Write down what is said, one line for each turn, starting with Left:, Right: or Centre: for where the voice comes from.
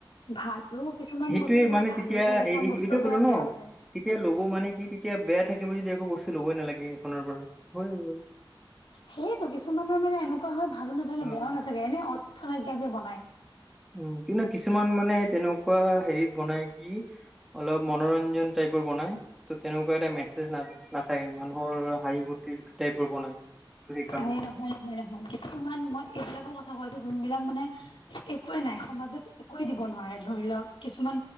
Left: ভালো কিছুমান
Centre: সেইটোয়ে
Left: বস্তুৰ পৰা
Centre: মানে
Left: ভালো
Centre: তেতিয়া
Left: যায়, কিছুমান
Centre: এই
Left: বস্তুৰ
Centre: এইটোয়ে ক'লো
Left: পৰা
Centre: ন
Left: বেয়াও যায়।
Centre: তেতিয়া ল'ব মানে কি তেতিয়া বেয়া থাকিব যদি একো বস্তু ল'বই নালাগে সেইখনৰ পৰা হৈ গল।
Left: সেয়েতো কিছুমানৰ মানে এনেকুৱা হয়, ভালো নাথাকে,
Centre: উম
Left: বেয়াও নাথাকে, এনেই অৰ্থ নাইকিয়াকে বনায়।
Centre: উ, কিন্তু কিছুমান মানে তেনেকুৱা হেৰিত বনাই। অলপ মনোৰঞ্জন টাইপৰ বনাই ত' তেনেকুৱা এটা মেছেজ না, নাথাকে, মানুহৰ হাঁহি, ফুৰ্তিৰ টাইপৰ বনাই। ত' সেইকাৰণে
Left: এই নহয়, নহয়, নহয় কিছুমান মই এইবিলাকৰ কথা কৈছো। যোনবিলাক মানে একোৱে নাই সমাজত একোৱে দিব নোৱাৰে ধৰি লওক কিছুমান